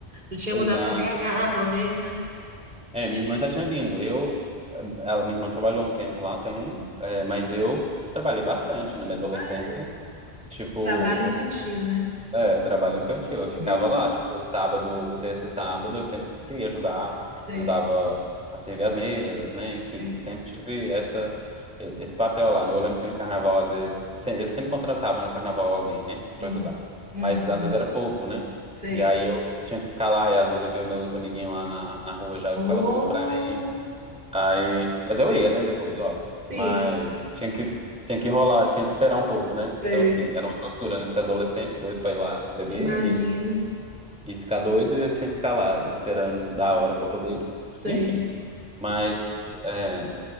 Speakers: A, on the right; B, in the centre.
A: Ele tinha
B: exato,
A: mudado para BH, talvez, né?
B: é, minha irmã já tinha vindo, eu, ela, minha irmã trabalhou um tempo lá também, é, mas eu trabalhei bastante na minha adolescência,
A: Ah, é?
B: tipo,
A: Trabalho infantil,
B: eu
A: né?
B: É, trabalho infantil. Eu ficava
A: <laughs> Uhum.
B: lá, tipo, sábado, sexta e sábado, eu sempre ia ajudar,
A: Sei,
B: ajudava a servir as mesas, né? Enfim,
A: sei.
B: sempre tive essa, e- esse papel lá. né? Eu lembro que no carnaval, às vezes, se- eles sempre contratavam no carnaval alguém, né, pra
A: Uhum.
B: ajudar.
A: Uhum.
B: Mas às vezes era pouco, né?
A: Sei.
B: E aí eu tinha que ficar lá, e às vezes eu via meus amiguinhos lá na, na rua já, eu
A: Oh,
B: ficava doido pra ir. Aí, mas eu ia, né, depois, óbvio. Mas
A: sim,
B: tinha que, tinha que enrolar, tinha que esperar um pouco, né?
A: sei.
B: Então, assim, era uma tortura, né? Ser adolescente, doido pra ir lá beber
A: Imagino.
B: e, e ficar doido, e eu tinha que ficar lá esperando da hora pra eu poder ir.
A: Sei,
B: Enfim, mas é,